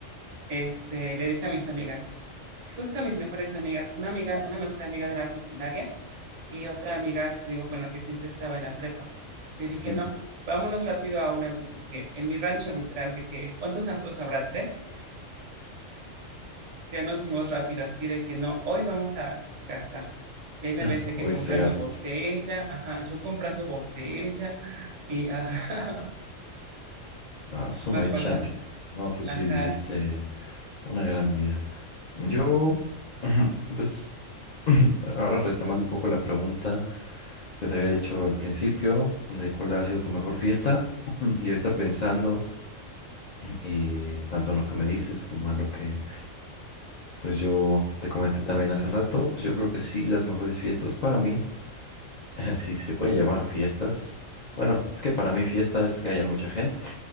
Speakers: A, on the right (about 70°); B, on the left (about 70°).
A: este, le dije a mis amigas, justo a mis mejores amigas, una amiga, una mejor amiga de la secundaria y otra amiga, te digo, con la que siempre estaba en la prepa.
B: <laughs>
A: Le dije, no, vámonos rápido a un antro, porque en mi rancho literal, de que, ¿cuántos antros habrá? Tres. Ya nos fuimos rápido, así de que no, hoy vamos a gastar. Y ahí me ves
B: Hoy
A: de que comprando
B: se gasta.
A: botella, ajá, yo comprando botella, y ajá,
B: Ah,
A: <laughs>
B: su
A: me
B: mecha.
A: acuerdo, ¿no?
B: No, tú sí
A: Ajá,
B: viviste una gran vida. Yo, <clears throat> pues, <clears throat> ahora retomando un poco la pregunta que te había dicho al principio de cuál ha sido tu mejor fiesta. <clears throat> Y ahorita pensando, y tanto en lo que me dices como en lo que, pues yo te comenté también hace rato, pues yo creo que sí, las mejores fiestas para mí <laughs> Si se puede llamar fiestas. Bueno, es que para mí fiesta es que haya mucha gente.